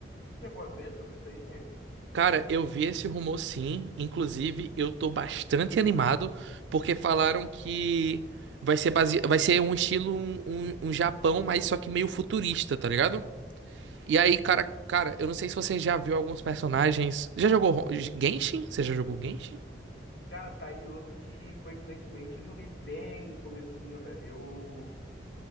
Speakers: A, on the left; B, on the right.
A: Você chegou a ver sobre isso aí?
B: Cara, eu vi esse rumor sim. Inclusive, eu tô bastante animado porque falaram que vai ser base... vai ser um estilo um, um, um Japão, mas só que meio futurista, tá ligado? E aí, cara, cara, eu não sei se você já viu alguns personagens. Já jogou Ro- Genshin? Você já jogou Genshin?
A: Cara, tá aí outro que, coincidentemente, eu joguei bem no comecinho, né? Eu,